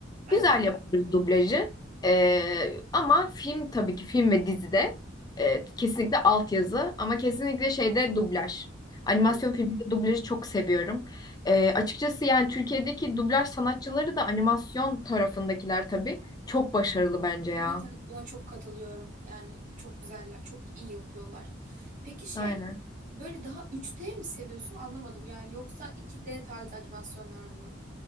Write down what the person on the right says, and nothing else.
Evet
katılıyorum.
Hmm.
Evet evet buna çok katılıyorum. Yani çok güzeller, çok iyi yapıyorlar. Peki şey
böyle daha üç d mi seviyorsun anlamadım. Yani yoksa iki d tarzı animasyonlar mı?